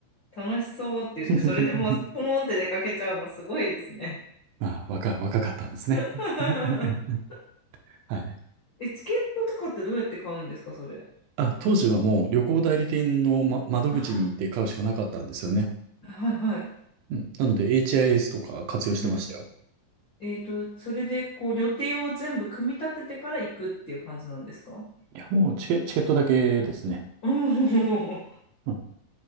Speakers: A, on the left; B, on the right.
A: 楽しそうって言って、
B: <laughs>
A: それでもう、ポーンって出かけちゃうの、すごいですね。
B: まあ、若、若かったんですね。
A: <laughs>
B: <laughs> はい。
A: え、チケットとかってどうやって買うんですか、それ。
B: あ、当時はもう旅行代理店の、ま、窓口に行って買うしかなかったんですよね。
A: <gasps> あはい、はい。
B: うん。なので HIS とか活用してましたよ。
A: うん。えっと、それで、こう、予定を全部組み立ててから行くっていう感じなんですか
B: いや、もうチケ、チケットだけですね。
A: おお、
B: うん。